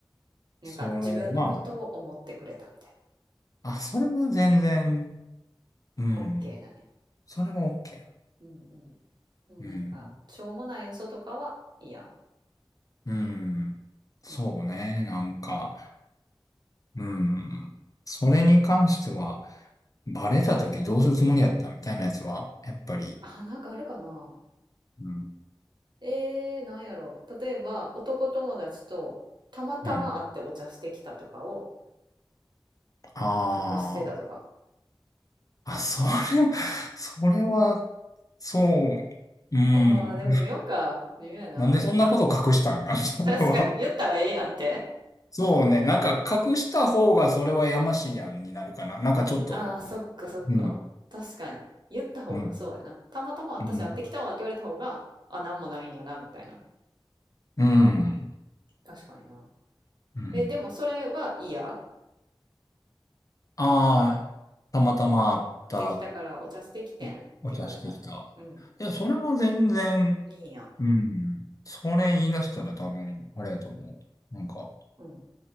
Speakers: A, on the right; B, on the left.
A: なんか自分のことを思ってくれたみたい
B: それは、あ、それは全然、うん。
A: な。OK なんや。
B: それは OK やな。
A: うんうん。でもなんか、
B: うん。
A: しょうもない嘘とかは嫌。
B: うん。そうね。
A: うんうん。
B: なんか、
A: うん。
B: うん。それに関しては、バレた時どうするつもりやったみたいなやつは、やっぱり、
A: あ、なんかあるかな
B: うん。
A: えー、なんやろう。例えば、男友達とたまたま会ってお茶してきたとかを
B: うん。あ
A: 隠してたとか。
B: あ、あ、それ、それは、そう、うん。
A: まあ、でも微妙か。微妙やな。
B: なんでそんなこと隠したんか、それは。
A: 確かに、言ったらええやんって。
B: そうね。なんか隠した方がそれはやましいやんになるかな。なんかちょっと、
A: ああ、そっかそっか。
B: うん、
A: 確かに。言った方が、
B: うん、
A: そうやな。たまたま私会ってきたわって言われた方が、
B: うん、
A: あ、なんもないんやな、みたいな。
B: うん。
A: 確かにな。
B: うん
A: え、でもそれは嫌。
B: ああ、たまたまあった。
A: 会ってきたからお茶してきてんって言われたら。
B: お、お茶してきた。
A: うん。
B: いや、それは全然、
A: いいんや。
B: うん。それ言い出したら多分、あれやと思う。なんか、
A: うん。